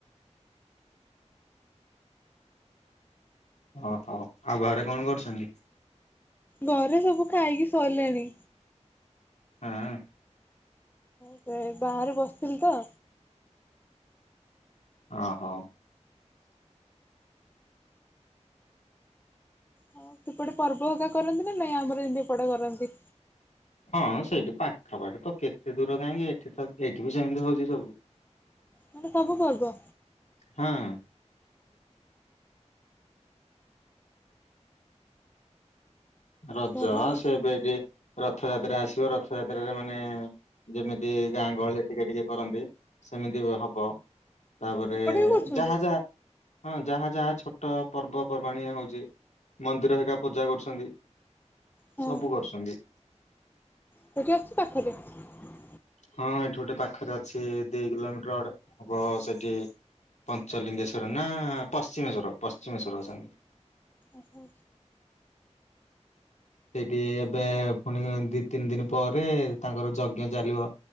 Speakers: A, on the left; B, on the left.
A: ଓହୋ ଆଉ ବାହାରେ କଣ କରୁଛନ୍ତି?
B: ଘରେ ସବୁ ଖାଇକି ଶୋଇଲେଣି।
A: ହଁ।
B: ସେ ବାହାରେ ବସିଥିଲି ତ
A: ଓହୋ।
B: ହଉ ସେପଟେ ପର୍ବ ହେକା କରନ୍ତି ନା ନାଇଁ ଆମର ଯେମିତି ଏପଟେ କରନ୍ତି।
A: ହଁ ସେଇଠି ପାଖାପାଖି ତ କେତେ ଦୂର କାହିଁକି ଏଠି ତ ଏଇଠି ବି ସେମିତି ହଉଛି ସବୁ।
B: ମାନେ ସବୁ ପର୍ବ
A: ହଁ ରଜ
B: ଭଲ ଆଉ
A: ସେବେ ଟିକେ ରଥଯାତ୍ରା ଆସିବ ରଥଯାତ୍ରାରେ ମାନେ ଯେମିତି ଗାଁ ଗହଳି ଟିକେ ଟିକେ କରନ୍ତି ସେମିତି ହବ । ତାପରେ
B: ସେପଟେ ବି କରୁଛନ୍ତି?
A: ଯାହା ଯାହା ହଁ ଯାହା ଯାହା ଛୋଟ ପର୍ବ ପର୍ବାଣି ହଉଛି ମନ୍ଦିର ହେକା ପୂଜା କରୁଛନ୍ତି ।
B: ହଁ
A: ସବୁ କରୁଛନ୍ତି ।
B: ସେଠି ଅଛି ପାଖରେ ।
A: ହଁ ଏଇଠି ଗୋଟେ ପାଖରେ ଅଛି ଦି କିଲୋମିଟରେ ହବ ସେଇଠି ପଞ୍ଚଲିଙ୍ଗେଶ୍ଵର ନା ପଶ୍ଚିମେଶ୍ଵର ପଶ୍ଚିମେଶ୍ଵର ଅଛନ୍ତି।
B: ଓହୋ
A: ସେଇଠି ଏବେ ପୁଣି ଦି ତିନି ଦିନ ପରେ ତାଙ୍କର ଯଜ୍ଞ ଚାଲିବ